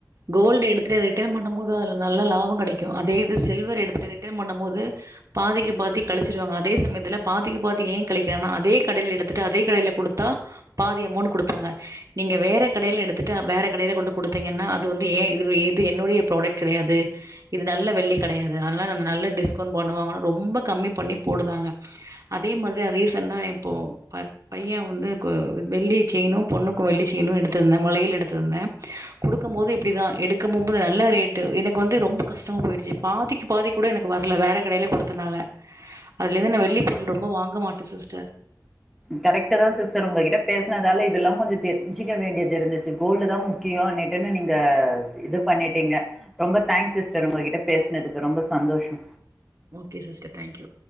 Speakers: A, on the right; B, in the centre.
A: கோல்டு எடுத்துட ரேட்டே ரிட்டர்ன் பண்ணும் போது அதுல நல்ல லாப கிடைக்கு அதே இது சில்வர் எடுத்துட்டு ரிட்டர்ன் பண்ணும் போது பாதிக்கு பாதி கழிச்சிருவாங்க அதே சமயத்துல பாதிக்கு பாதி ஏ கழிக்கிறானா அதே கடையில் எடுத்துட்டு அதே கடையில குடுத்தா பாதி அமௌன்ட் குடுப்பாங்க நீங்க வேற கடையில எடுத்துட்டு வேற கடையில கொண்டு குடுத்தீங்கன்னா அது வந்து ஏ இது இது என்னுடைய ப்ராடக்ட் கிடையாது இது நல்ல வெள்ளி கடையாது அதனால ந நல்ல டிஸ்கவுண்ட் பண்ணுவாங்கனு ரொம்ப கம்மி பண்ணி போடுதாங்க அதே மாதிரிய ரீசண்டா இப்போ அ பைய வந்து கொ வெள்ளி செய்ன்னு பொண்ணுக்கு வெள்ளி செய்ன்னு எடுத்திருந்தே மலையில் எடுத்திருந்தே கொடுக்கும் போது இப்படிதா எடுக்கும் போபோது நல்லா ரேட்டு எனக்கு வந்து ரொம்ப கஷ்டமா போயிடுச்சு பாதிக்கு பாதி கூட எனக்கு வர்ல வேற கடையில கொடுத்த நால அதுல இருந்து நா வெள்ளிப் பொருள் ரொம்ப வாங்க மாட்டே சிஸ்டர்
B: கரெக்ட்டு தா சிஸ்டர் உங்ககிட்ட பேஸ்னதால இதெல்லாம் கொஞ்ச தெரிஞ்சிக்க வேண்டியது இருந்துச்சு கோல்டு தான் மு க்கியோனேட்டுன்னு நீங்க இது பண்ணிட்டீங்க ரொம்ப தேங்க் சிஸ்டர் உங்ககிட்ட பேசுனதுக்கு ரொம்ப சந்தோஷோ
A: ஓகே சிஸ்டர் தேங்க் யூ